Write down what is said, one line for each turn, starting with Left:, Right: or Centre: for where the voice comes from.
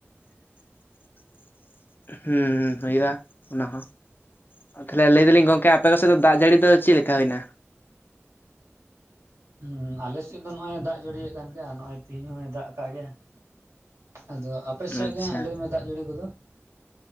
Left: <inaudible> ᱦᱩᱸᱩ ᱦᱩᱭᱩᱜᱼᱟ ᱚᱱᱟ ᱦᱚᱸ ᱛᱟᱦᱟᱞᱮ ᱞᱟᱹᱭ ᱮᱫᱟᱞᱤᱧ ᱜᱚᱝᱠᱮ ᱟᱯᱮ ᱠᱚ ᱥᱮᱫ ᱫᱚ ᱫᱟᱜ ᱡᱟᱹᱲᱤ ᱫᱚ ᱪᱮᱫ ᱞᱮᱠᱟ ᱦᱩᱭᱮᱱᱟ?
Right: ᱦᱮᱸ ᱟᱞᱮᱮᱥᱮᱫ ᱫᱚ ᱱᱚᱜ ᱚᱭ ᱫᱟᱜ ᱡᱟᱹᱲᱤᱭᱟᱜ ᱠᱟᱱ ᱜᱮᱭᱟ ᱱᱚᱜ ᱚᱭ ᱛᱮᱦᱮᱧ ᱦᱚᱭ ᱫᱟᱜ ᱟᱠᱟᱫ ᱜᱮᱭᱟ᱾ ᱟᱫᱚ ᱟᱯᱮ ᱥᱮᱭᱟᱜ
Left: ᱟᱪᱪᱷᱟ
Right: ᱜᱮ ᱦᱟᱸᱜ ᱞᱟᱹᱭ ᱢᱮᱸ ᱫᱟᱜ ᱡᱟᱹᱲᱤ ᱠᱚᱫᱚ?